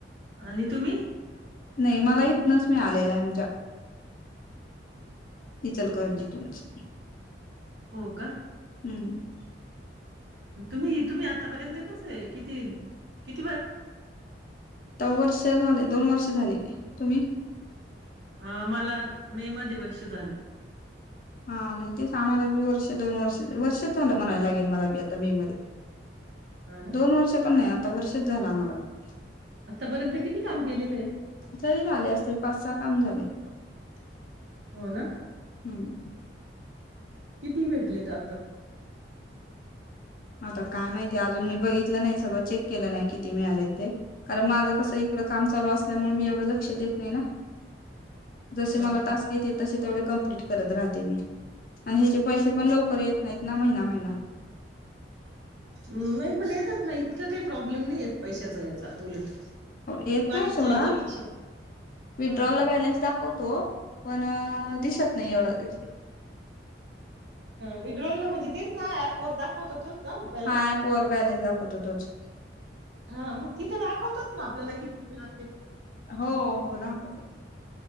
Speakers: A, on the right; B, on the left.
A: आणि तुम्ही
B: नाही मला इथनच मिळालेला आहे. <unintelligible>
A: हो का
B: हम्म
A: तुम्ही तुम्ही आतापर्यंत कसं आहे किती कित
B: वर्ष झाले दोन वर्ष झाले की, तुम्ही?
A: अ मला मे मध्ये वर्ष झालं.
B: हा मग तेच आम्हाला वर्ष दोन वर्ष वर्षच झालं म्हणायला लागेल मलाी आता मे मध्ये
A: हा ना
B: दोन वर्ष पण नाही आता वर्ष झालं आम्हाला पण
A: आतापर्यंत किती काम केलेलं आहे.
B: तरी झाले असतील पाच सहा <inaudible>
A: हो ना
B: हम्म
A: किती भेटलेता
B: आता काय माहितीय अजून मी बघित नाही सगळ चेक केलं नाही कि मिळाले ते कारण माझं कसं इकड काम चालू असल्यामुळे मी एवढं लक्ष द येत नाही ना. जसे
A: हा
B: मला
A: हा
B: टास्क येतील तसे तेवढे कम्प्लिट करत राहते मी आणि ह्याचे पैसे पण लवकर येत नाही. ना महिना महिना
A: नाही पण येतात ना इतकं काही प्रॉब्लेम नाही आहेतेत पैशाचा याचा उलट
B: येत
A: बाकीच्या
B: नाही सोडा
A: याच्यापेक्षा
B: विड्रॉल
A: हा.
B: ला बॅलेन्स दाखवतो पण दिसत नाही एवढं
A: विड्रॉल ना म्हणजे तेच ना ऍप वर दाखवत तोच ना बॅलन्स
B: हा ऍप वर बॅलन्स दाखवतो तोच
A: हा मग तिथे दाखवत ना आपल्याला कती मिळल
B: हो हो दाखवत